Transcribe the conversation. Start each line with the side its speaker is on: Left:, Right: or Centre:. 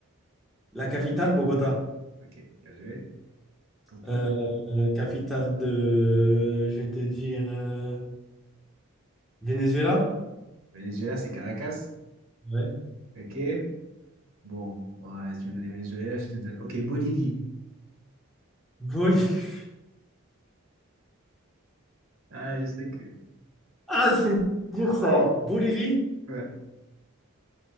Centre: La capitale, Bogota.
Right: Ouais. Ok, bien joué. Tonto.
Centre: Euh, euh, capitale de, je vais te dire, euh, Venezuela?
Right: Venezuela, c'est Caracas.
Centre: Ouais.
Right: Ok. Bon, ouais, si tu me donnes Venezuela, je te donne. Ok, Bolivie.
Centre: Bolivie. <laughs>
Right: Ah, je sais que.
Centre: Ah, c'est dur ça. Bolivie?
Right: Ouais.